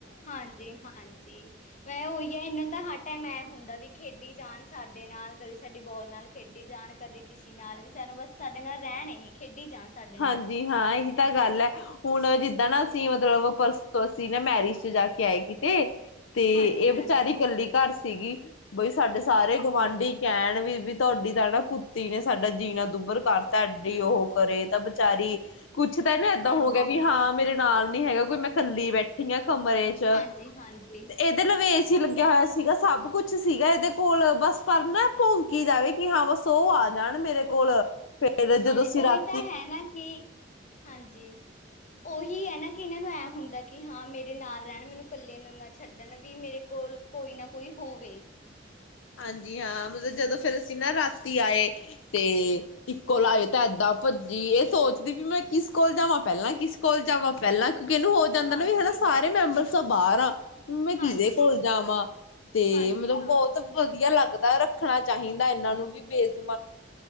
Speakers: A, on the left; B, on the left.
A: ਹਾਂਜੀ ਹਾਂਜੀ ਮੈਂ ਉਹੀ ਹੈ ਇਹਨਾਂ ਦਾ ਹੱਟ ਟਾਈਮ ਇਹ ਹੁੰਦਾ ਵੀ ਖੇਡੀ ਜਾਣ ਸਾਡੇ ਨਾਲ ਕਦੇ ਸਾਡੀ ਬੋਲ ਨਾਲ ਖੇਡੀ ਜਾਣ। ਕਦੇ ਕਿਸੇ ਨਾਲ ਵੀ ਸਾਨੂੰ ਬਸ ਸਾਡੇ ਨਾਲ ਰਹਿਣ ਹੀ ਖੇਡੀ ਜਾਣ ਸਾਡੇ
B: ਹਾਂਜੀ
A: ਨਾਲ
B: ਹਾਂ ਇਹੀ ਤਾਂ ਗੱਲ ਆ। ਹੁਣ ਜਿੱਦਾਂ ਨਾ ਅਸੀਂ ਮਤਲਬ ਪਰਸੋ ਅਸੀਂ ਨਾ ਮੈਰਿਜ ਚ ਜਾ ਕੇ ਆਏ ਕਿਤੇ ਤੇ
A: ਹਾਂਜੀ-ਹਾਂਜੀ,
B: ਇਹ ਵਿਚਾਰੀ ਇਕੱਲੀ ਘਰ ਸੀਗੀ। ਬਈ ਸਾਡੇ ਸਾਰੇ ਗੁਆਂਢੀ ਕਹਿਣ ਵੀ ਵੀ ਤੁਹਾਡੀ ਤਾਂ ਨਾ ਕੁੱਤੀ ਨੇ ਸਾਡਾ ਜੀਣਾ ਦੁੱਬਰ ਕਰ ਦਿਤਾ ਏ ਏਡੀ ਉਹ ਕਰੇ ਤਾਂ ਵਿਚਾਰੀ ਕੁਛ ਤਾਂ ਨਾ
A: ਹਾਂਜੀ-ਹਾਂਜੀ,
B: ਇਦਾ ਹੋ ਗਿਆ ਵੀ ਹਾਂ ਮੇਰੇ ਨਾਲ ਨਹੀਂ ਹੈਗਾ ਕੋਈ ਮੈਂ ਕੱਲੀ ਬੈਠੀ ਹਾਂ। ਕਮਰੇ ਚ,
A: ਹਾਂਜੀ-ਹਾਂਜੀ।
B: ਤੇ ਇਹਦੇ ਨਾ ਏਸੀ
A: ਹੁੰਦਾ
B: ਲੱਗਿਆ ਹੋਇਆ
A: ਹੈ।
B: ਸੀਗਾ ਸਭ ਕੁ ਕੁਛ ਸੀਗਾ ਇਹਦੇ ਕੋਲ ਬਸ ਪਰ ਨਾ ਭੋਂਕੀ ਜਾਵੇ ਕਿ ਹਾਂ ਬਸ ਉਹ ਆ ਜਾਣ ਮੇਰੇ ਕੋਲ ਫ ਫੇਰ ਜਦੋਂ
A: ਹਾਂਜੀ
B: ਅਸੀਂ ਰਾਤ
A: ਉਹੀ ਤਾਂ ਹੈ ਨਾ ਕਿ, ਹਾਂਜੀ ਉਹੀ ਹੈ ਨਾ ਕਿ ਇਹਨਾਂ ਨੂੰ ਐ ਹੁੰਦਾ ਕਿ ਹਾਂ ਮੇਰੇ ਨਾਲ ਰਹਿਣ ਮੈਨੂੰ ਕੱਲੇ ਨੂੰ ਨਾ ਛੱਡਣ ਵੀ ਮੇਰੇ ਕੋਲ ਕੋਈ ਨਾ ਕੋਈ ਹੋਵੇ।
B: ਹਾਂਜੀ ਹਾਂ, ਮਤਲਬ ਜਦੋਂ ਫੇਰ ਅਸੀਂ ਨਾ ਰਾਤੀ ਆਏ ਤੇ ਇੱਕ ਕੋਲ ਆਏ ਤਾਂ ਏਦਾਂ ਭੱਜੀ ਇਹ ਸੋਚਦੀ ਵੀ ਮੈਂ ਕਿਸ ਕੋਲ ਜਾਵਾਂ ਪਹਿਲਾਂ ਕਿਸ ਕੋਲ ਜਾਵਾਂ ਪਹਿਲਾਂ ਉਕ ਇਹਨੂੰ ਹੋ ਜਾਂਦਾ
A: ਹਾਂਜੀ-ਹਾਂਜੀ,
B: ਵੀ ਹਨਾ ਸਾਰੇ ਮੈਂਬਰ ਤਾਂ ਬਾਰ ਆ ਮੈਂ ਕਿਹਦੇ
A: ਹਾਂਜੀ
B: ਕੋਲ ਜਾਵਾਂ, ਤੇ
A: ਹਾਂਜੀ
B: ਮਤਲਬ
A: ਹਾਂ।
B: ਬਹੁਤ ਵਧੀਆ ਲੱਗਦਾ ਰੱਖਣਾ ਚਾਹੀਦਾ ਇਹਨਾਂ ਨੂੰ ਵੀ ਬੇਜੂ